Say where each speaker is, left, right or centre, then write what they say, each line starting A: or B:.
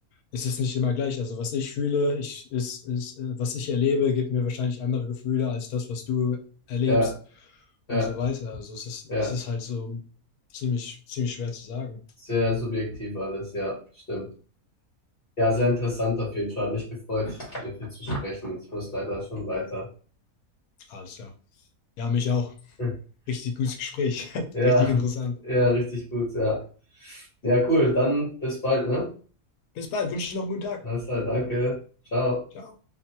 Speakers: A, on the left (about 80°); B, on the left (about 40°).
A: es ist nicht immer gleich. Also was ich fühle, ich, ist, ist, äh, was ich erlebe, gibt mir wahrscheinlich andere Gefühle als das, was du erlebst
B: ja. Ja,
A: und so weiter. Also es ist,
B: ja,
A: es ist halt so ziemlich, ziemlich schwer zu sagen.
B: sehr subjektiv alles, ja, stimmt. Ja, sehr interessant auf jeden Fall. Hat mich gefreut, mit dir zu sprechen. Ich muss leider schon weiter.
A: Alles klar Ja, mich auch.
B: <laughs>
A: Richtig gutes Gespräch. <laughs>
B: Ja,
A: Richtig interessant.
B: ja, richtig gut, ja. Ja, cool. Dann bis bald, ne?
A: Bis bald. Wünsche dir noch einen guten Tag.
B: Alles klar, danke. Ciao.
A: Ciao.